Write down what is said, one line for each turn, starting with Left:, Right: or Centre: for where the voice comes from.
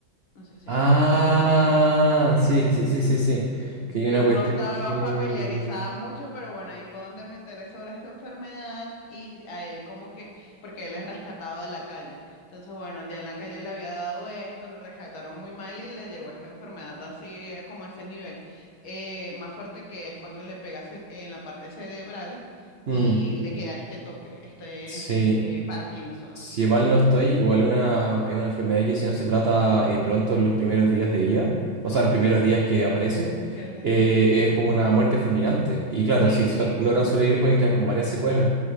Left: No sé si
Right: Ah,
Left: has escuchado de eso.
Right: sí, sí, sí, sí, sí.
Left: Yo
Right: Que hay una cuestión
Left: no estaba
Right: que...
Left: familiarizada mucho, pero bueno, ahí fue donde me enteré sobre esta enfermedad y a él como que, porque él es rescatado de la calle. Entonces, bueno, ya en la calle le había dado esto, lo rescataron muy mal y le llegó esta enfermedad así eh, como a ese nivel eh, más fuerte que es cuando le pega cere- en la parte cerebral
Right: Mm,
Left: y le queda este toque, este,
Right: sí.
Left: este Parkinson.
Right: Si mal no estoy, igual una, es una enfermedad que si no se trata eh, pronto en los primeros días de vida, o sea, los primeros días que aparece,
Left: ¿Qué les
Right: eh,
Left: da?
Right: es como una muerte fulminante. Y claro,
Left: Sí,
Right: si
Left: sí.
Right: so- logran sobrevivir pueden quedar con varias secuelas.